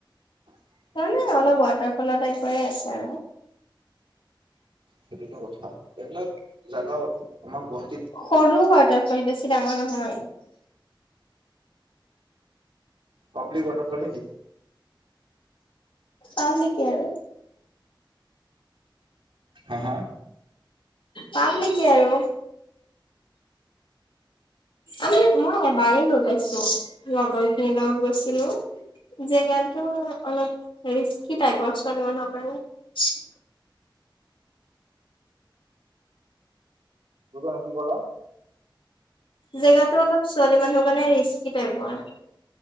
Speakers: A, on the right; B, on the left.
A: <inaudible>
B: ন অলপ ৱাটাৰ ফলত প আছা
A: সেইটোৱেটো কথা এইবিলাক জাগাও আছে আমাৰ গুৱাহাটী
B: সৰু ৱাটাৰফল বেছি ডাঙৰ নহয়।
A: পাব্লিক ৱাটাৰফল নে কি।
B: পাব্লিকে আৰু
A: হা হা।
B: পাব্লিকে আৰু। আমি মই এবাৰেই গৈ পাইছো লগৰ খিনিৰ লগত গৈছিলো জেগাটো অলপ ৰিস্কি টাইপৰ ছোৱালী মানুহৰ কাৰণে
A: বুজা নাই কি কলা।
B: জেগাতো অলপ ছোৱালী মানুহৰ কাৰণে ৰিস্কি টাইপৰ